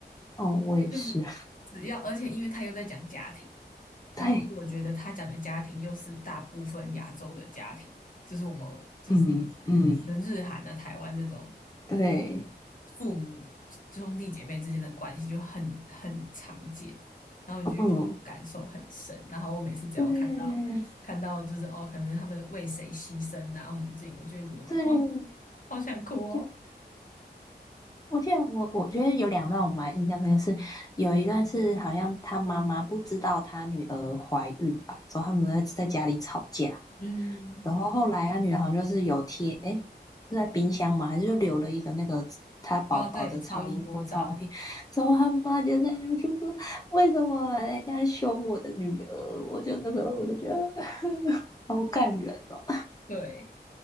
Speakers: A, on the left; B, on the left.
A: 哦，我也是。
B: 就是只要而且因为他又在讲家庭，
A: <laughs> 对，
B: 然后我觉得他讲的家庭又是大部分亚洲的家庭，就是我们就是
A: 嗯嗯，
B: 可能日韩啊、台湾这种。
A: 对，
B: 父母兄弟姐妹之间的关系就很很常见，然后你就会觉得感受很深。
A: 嗯
B: 然后我每次只要看到看到就是哦，
A: 对
B: 可能他们为谁牺牲啊，或者这，我就会觉得哦，
A: 对，
B: 好想哭哦。
A: 就我记得我我觉得有两段我蛮印象深刻是，有一段是好像他妈妈不知道他女儿怀孕吧，之后他们在在家里吵架，
B: 嗯，
A: 然后后来他女儿好像就是有贴，诶，是在冰箱嘛，还是就留了一个那个他宝宝的超音波照片，
B: 哦，对，超音波照，
A: 之后他妈就在那边就说为什么人家凶我的女儿，我就那时候我就觉得 <laughs> 好感人哦。
B: 对。